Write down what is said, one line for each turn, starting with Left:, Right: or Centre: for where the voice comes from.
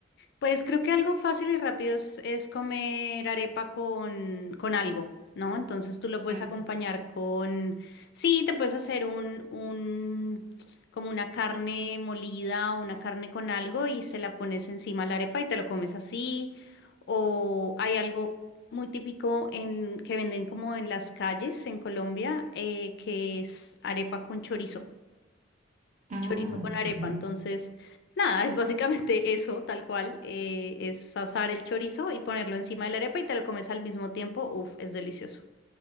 Left: Pues creo que algo fácil y rápido es, es comer arepa con, con algo, ¿no? Entonces tú lo puedes
Right: Mm.
Left: acompañar con, sí, te puedes hacer un, un, como una carne molida o una carne con algo y se la pones encima a la arepa y te lo comes así. O hay algo muy típico en, que venden como en las calles en Colombia, eh, que es arepa con chorizo
Right: Mm,
Left: chorizo con arepa.
Right: ya.
Left: Entonces, nada, es básicamente <laughs> eso, tal cual. eh, es asar el chorizo y ponerlo encima de la arepa y te lo comes al mismo tiempo. Uf, es delicioso.